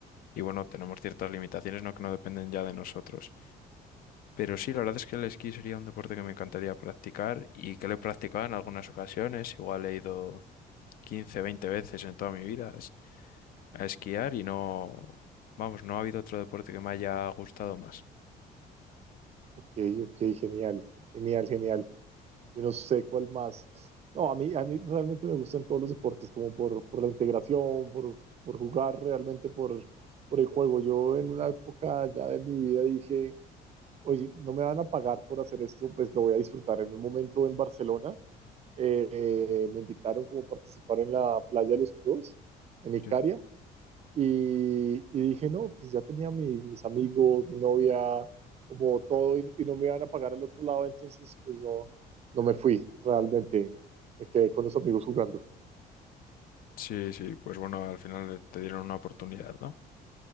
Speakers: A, on the left (about 60°); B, on the right (about 40°).
A: y bueno, tenemos ciertas limitaciones, ¿no? que no dependen ya de nosotros. Pero sí, la verdad es que el esquí sería un deporte que me encantaría practicar y que lo he practicado en algunas ocasiones, igual he ido 15, 20 veces en toda mi vida es- a esquiar y no, vamos, no ha habido otro deporte que me haya gustado más.
B: Ok, ok, genial, genial, genial. Yo no sé cuál más. No, a mí, a mí realmente me gustan todos los deportes, como por, por la integración, por, por jugar realmente, por, por el juego. Yo en una época ya de mi vida dije, oye, no me van a pagar por hacer esto, pues lo voy a disfrutar. En un momento en Barcelona eh, eh, me invitaron como a participar en la Playa de los Pros, en Icaria
A: Sí,
B: y, y dije, no, pues ya tenía mi- mis amigos, mi novia, como todo, y, y no me iban a pagar al otro lado, entonces pues no, no me fui realmente. Me quedé con los amigos jugando.
A: sí, sí, pues bueno, al final te dieron una oportunidad, ¿no?